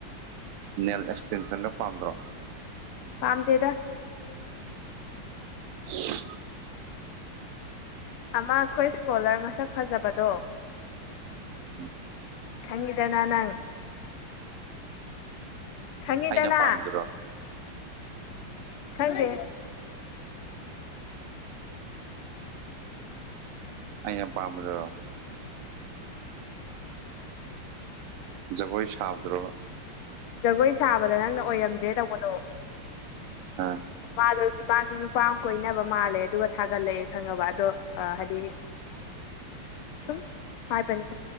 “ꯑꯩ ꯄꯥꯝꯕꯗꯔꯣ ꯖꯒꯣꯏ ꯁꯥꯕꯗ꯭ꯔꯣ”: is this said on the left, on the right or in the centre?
Right